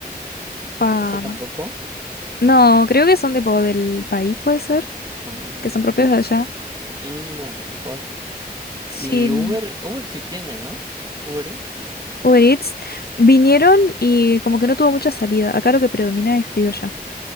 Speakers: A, on the left; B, on the right.
A: Pa-
B: Esa tampoco.
A: No, creo que son tipo del país, puede ser,
B: Oh,
A: que son propios de allá.
B: mm, a lo mejor.
A: Sí,
B: Y
A: n-
B: Uber, Uber sí tiene, ¿no? Uber Eats.
A: Uber Eats vinieron y como que no tuvo mucha salida. Acá lo que predomina es pido ya.